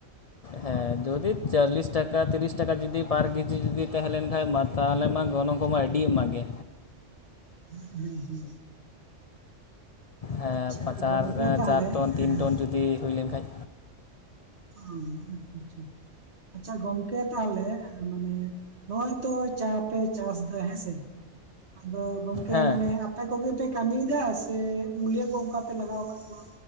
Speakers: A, on the left; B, on the right.
A: ᱦᱮᱸ ᱡᱩᱫᱤ ᱪᱟᱸᱞᱞᱤᱥ ᱴᱟᱠᱟ ᱛᱤᱨᱤᱥ ᱴᱟᱠᱟ ᱡᱩᱫᱤ ᱯᱟᱨ ᱠᱮᱡᱤ ᱡᱩᱫᱤ ᱛᱟᱦᱮᱸ ᱞᱮᱱ ᱠᱷᱟᱡ ᱢᱟ ᱛᱟᱦᱞᱮ ᱢᱟ ᱜᱚᱱᱚᱝ ᱠᱚᱢᱟ ᱟᱹᱰᱤ ᱟᱢᱟ ᱜᱮ᱾
B: ᱦᱩᱸ ᱦᱩᱸ ᱦᱩᱸ
A: ᱦᱮᱸ
B: ᱟᱪᱪᱷᱟ
A: ᱯᱟᱸᱪᱟᱨ
B: ᱜᱚᱢᱠᱮ ᱛᱟᱦᱚᱞᱮ
A: ᱪᱟᱨ
B: ᱮᱸ,
A: ᱴᱚᱱ ᱛᱤᱱ ᱴᱚᱱ ᱡᱩᱫᱤ ᱦᱩᱭ ᱞᱮᱝᱠᱷᱟᱡ
B: ᱚᱸ ᱟᱪᱪᱷᱟ ᱟᱪᱪᱷᱟ ᱟᱪᱪᱷᱟ ᱜᱚᱢᱠᱮ ᱛᱟᱦᱚᱞᱮ ᱢᱟᱱᱮ ᱱᱚᱜ-ᱚᱭ ᱛᱚ ᱪᱟ ᱯᱮ ᱪᱟᱥᱫᱟ ᱦᱮᱸᱥᱮ ᱟᱫᱚ ᱜᱚᱢᱠᱮ
A: ᱦᱮᱸ
B: ᱢᱟᱱᱮ ᱟ ᱯᱮ ᱠᱚᱜᱮ ᱯᱮ ᱠᱟᱹᱢᱤᱭ ᱫᱟ ᱥᱮ ᱢᱩᱞᱭᱟᱹ ᱠᱚ ᱚᱱᱠᱟ ᱯᱮ ᱞᱟᱜᱟᱣ ᱠᱟᱜ ᱠᱚᱣᱟ